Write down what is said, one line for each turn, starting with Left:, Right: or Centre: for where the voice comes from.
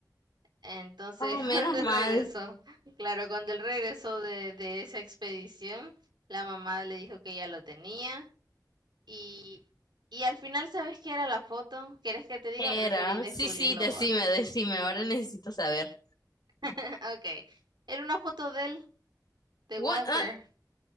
Right: entonces,
Left: Oh, menos
Right: <laughs> cuando
Left: mal.
Right: él regresó, claro, cuando él regresó de, de esa expedición, la mamá le dijo que ya lo tenía y, y al final, ¿sabes qué era la foto? ¿Querés que te diga?
Left: Era.
Right: Preferí descubrirlo
Left: Sí, sí, decime,
Right: vos.
Left: decime, ahora necesito saber.
Right: <laughs> Ok, era una foto de él, de
Left: What?
Right: Walter,
Left: ah,